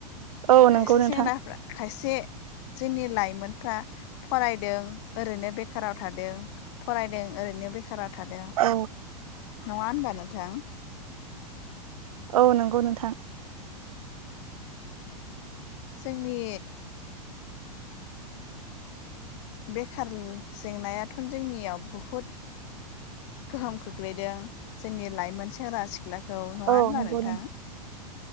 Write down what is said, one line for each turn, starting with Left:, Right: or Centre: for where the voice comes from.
Right: औ
Left: खायसे
Right: नंगौ नोंथां
Left: सेंग्राफ्रा खायसे जोंनि लाइमोनफ्रा। फरायदों ओरैनो बेखाराव थादों फरायदों ओरैनो बेखाराव थादों
Right: औ
Left: नङा होनबा नोंथां
Right: औ नंगौ नोंथां।
Left: जोंनि बेखार जेंनायाथ' जोंनियाव बुहुद गोहोम खोख्लैदों जोंनि लाइमोन सेंग्रा सिख्लाखौ नङा
Right: औ
Left: होनबा
Right: नंगौ
Left: नोंथां